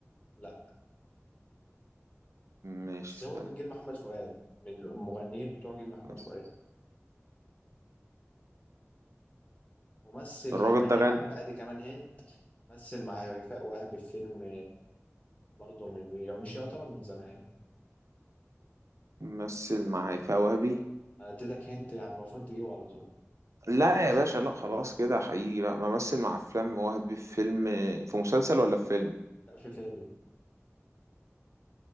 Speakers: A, on the left (about 30°); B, on the right (about 75°).
A: لا
B: ماشي
A: بس
B: استنى
A: هو من جيل محمد فؤاد من المغنيين بتوع جيل محمد
B: بس.
A: فؤاد ممثل
B: الراجل
A: كمان
B: ده
A: يا
B: غني
A: عم ادي كمان هند مثل مع هيفاء وهبي في فيلم برضه من يعني مش يعتبر من زمان
B: مثل مع هيفاء وهبي
A: انا اديتك هنت يعني المفروض تجيبه على طول
B: لا يا باشا لا خلاص كده حقيقي بقى بمثل مع افلام مواهب في فيلم في مسلسل ولا في فيلم
A: لا في فيلم